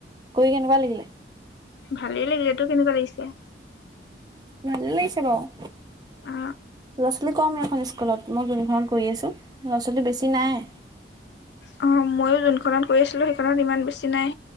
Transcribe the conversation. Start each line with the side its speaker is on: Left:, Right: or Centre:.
Right: কৰি কেনেকুৱা লাগিলে?
Left: ভালেই লাগিলে তোৰ কেনেকুৱা লাগিছে?
Right: ভালেই লাগিছে বাৰু,
Left: অ
Right: ল'ৰা ছোৱালী কম এখন। স্কুলত, মই যোনখনৰত কৰি আছোঁ ল'ৰা ছোৱালী বেছি নাই।
Left: অ, মইো যোনখনত কৰি আছিলো সেইখনত ইমান বেছি। নাই